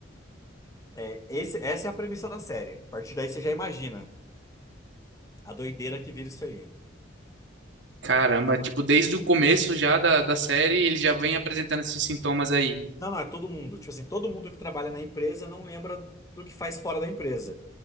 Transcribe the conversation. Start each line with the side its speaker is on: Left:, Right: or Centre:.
Left: É, esse- essa é a premissa da série. A partir daí você já imagina a doideira que vira isso aí.
Right: caramba. Tipo, desde o começo já da, da série, ele já vem apresentando esses sintomas aí.
Left: Não, não, é todo mundo. Tipo assim, todo mundo que trabalha na empresa não lembra do que faz fora da empresa.